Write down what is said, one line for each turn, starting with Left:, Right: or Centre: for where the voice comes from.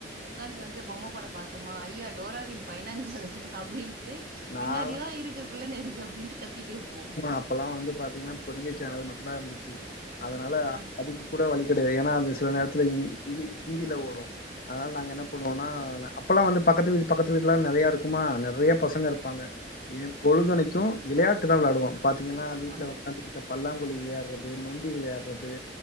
Right: உக்காஞ்சி வந்து பொம்மை படம் பாத்தோமா ஐயா டோராவின் பயணங்கள் அப்டின்னு டு
Left: நாலா
Right: பின்னாடிதா இருக்கு குள்ள நரி அப்டின்ட்டு கத்திட்டிருப்போ
Left: அப்போலா வந்து பாத்தீங்கனா பொதிகை சேனல் மட்டும்தா இருந்துச்சு அதனால
Right: ஆ
Left: அதுக்கு கூட வலி கெடையாது ஏனா அது சில நேரத்தில இ இந்தி இந்தில ஓடு அதனால நாங்க என்ன பண்ணுவோனா அப்பெல்லா வந்து பக்கத்து வீடு பக்கத்து வீடுலா நெறையா இருக்குமா நெறைய பசங்க இரு பாங்க ஏ பொழுதனைக்கு விளையாட்டு தா வெளாடுவோ பாத்தீங்கனா வீட்ல
Right: ஆமா
Left: ஒக்காந்து இந்த பல்லாங்குழி விளையாடுறது நொண்டி விளையாடுறது